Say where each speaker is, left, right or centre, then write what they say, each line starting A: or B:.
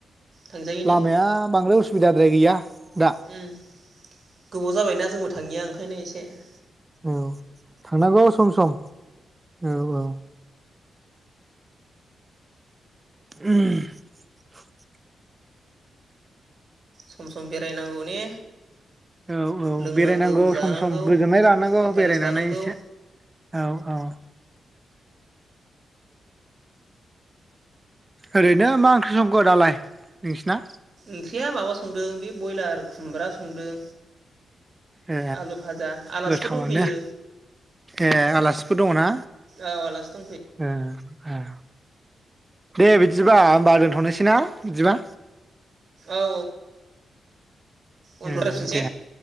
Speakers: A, on the right; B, on the right.
A: थांजायो ने
B: लामाया बांद्राय उस सुबिदाद्राइ गैया दा
A: उम गोबाव जाबायना जोंबो थाङिया ओंखायनो एसे ए
B: औ थांनांगौ सम सम औ औ <unintelligible>
A: सम सम बेरायनांगौ ने
B: औ औ
A: लोंनांगौ
B: बेरायनांगौ
A: जानांगौ
B: सम सम गोजोननाय लानांगौ
A: इन्टारेस्ट
B: बेरायनानै
A: लानांगौ
B: एसे औ औ ओरैनो मा ओंख्रि संखो दालाय नोंसिना?
A: ओंख्रिया माबा संदों बे बयलार खुमब्रा संदों
B: ए
A: आलु भाजा आलासिफोर
B: गोथावानो
A: दंफैयो
B: ए आलासि फोर दङ ना
A: औ आलासि दंफैयो
B: ओ ओ दे बिदिबा होमबा दोनथ'नोसै ना बिदिबा
A: औ। उनफ्राव
B: ओं
A: रायलायफिनसै
B: दे